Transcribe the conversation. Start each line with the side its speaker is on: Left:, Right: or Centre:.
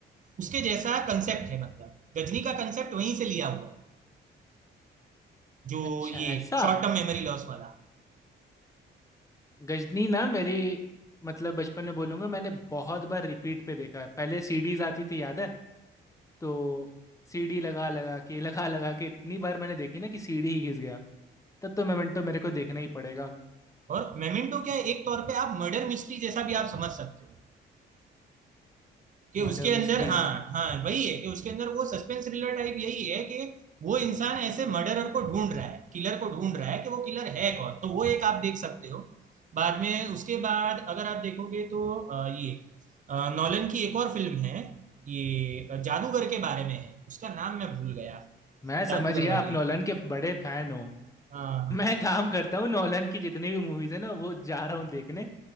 Right: उसके जैसा कंसेप्ट है मतलब गजनी का कंसेप्ट वहीं से लिया हुआ है जो
Left: अच्छा
Right: ये
Left: ऐसा
Right: शॉर्ट टर्म मेमोरी लॉस वाला
Left: गजनी ना मेरी मतलब बचपन में बोलूंगा मैंने बहुत बार रिपीट पे देखा है पहले सीडीज आती थी याद है तो सीडी लगा लगा के <laughs> लगा लगा के इतनी बार मैंने देखी ना कि सीडी ही घिस गया तब तो मोमेंटो मेरे को देखना ही पड़ेगा
Right: और मेमेंटो क्या है एक तौर पे आप मर्डर मिस्ट्री जैसा भी आप समझ सकते हो कि उसके
Left: Murder
Right: अंदर
Left: mystery
Right: हाँ हाँ वही है कि उसके अंदर वो सस्पेंस थ्रिलर टाइप यही है कि वो इंसान ऐसे मर्डरर को ढूंढ रहा है किलर को ढूंढ रहा है कि वो किलर है कौन तो वो एक आप देख सकते हो बाद में उसके बाद अगर आप देखोगे तो अ, ये अ, नॉलन की एक और फिल्म है ये अ, जादूगर के बारे में है उसका नाम मैं भूल गया
Left: मैं समझ
Right: जादूगर
Left: गया
Right: वाली
Left: आप नोलन के बड़े फैन हो
Right: हाँ हाँ
Left: मैं काम करता हूँ नोलन की जितनी भी मूवीज है ना वो जा रहा हूँ देखने